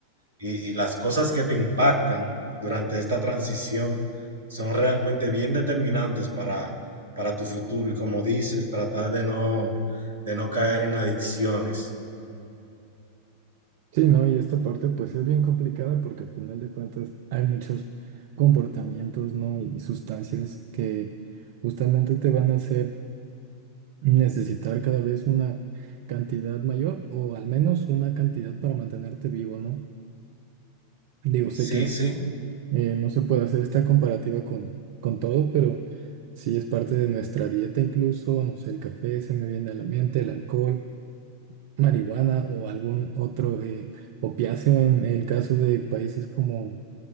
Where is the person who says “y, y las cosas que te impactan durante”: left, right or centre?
Right